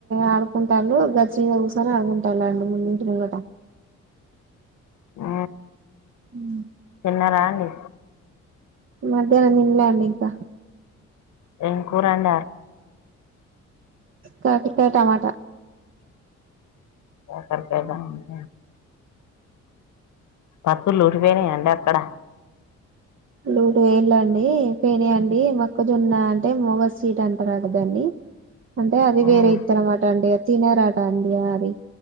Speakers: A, on the right; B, on the left.
A: ఆడుకుంటారు గచి మీద కుసో గుంటాల అండి ము ముంగట
B: ఆ
A: ఉ
B: అన్నారండి అన్నా రాండి
A: మధ్యాహ్నం తినల అండి ఇంకా
B: ఎంకూ రం
A: కాకరకాయ టమాట
B: కాకరకాయ టమాట పత్తుర్లుూటిపోయినాయి అ అక్కడ
A: లూడు వేళ్ళండి పెనియంండి మొక్కజొన్న అంటే మొగ సీట్ అంటారంట దాన్ని అంటే అది వేరే
B: మ్మ్.
A: ఇత్తనామట అండి అది తినరా అండి ఆరి